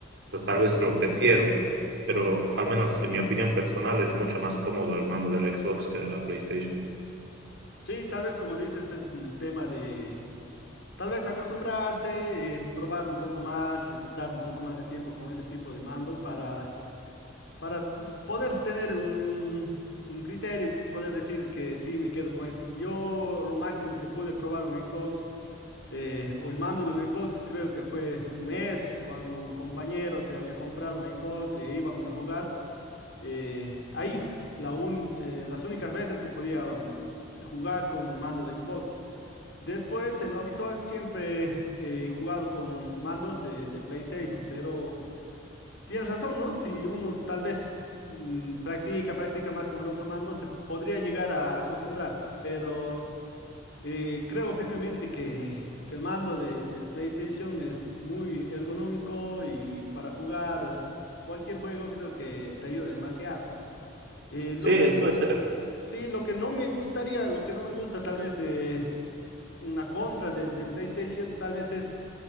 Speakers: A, on the right; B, on the left.
A: pues tal vez lo prefiero, pero al menos en mi opinión personal es mucho más cómodo el mando de la Xbox que de la PlayStation.
B: Sí, tal vez como dices, es un tema de tal vez acostumbrarse, eh, probarlo un poco más, estar un poco más de tiempo con ese tipo de mando para, para poder tener un, un- un criterio y poder decir que sí, me quedo con ese. Yo lo máximo que pude probar un Xbox eh, o el mando de un Xbox, creo que fue un mes cuando un compañero se había comprado un Xbox y íbamos a jugar. eh, ahí, la uni- eh, las únicas veces que podía mm, jugar con un mando de Xbox. Después, en lo habitual, siempre he jugado con mandos de, de PlayStation, pero tienes razón, ¿no? Si uno tal vez mm, practica, practica más con el otro mando, se podría llegar a acostumbrar, pero... Eh, creo firmemente que, que el mando de- del PlayStation es muy ergonómico y para jugar cualquier juego creo que te ayuda demasiado. Eh,
A: Sí,
B: lo que es,
A: puede ser.
B: sí, lo que no me gustaría, lo que no me gusta tal vez de una contra de- del PlayStation, tal vez es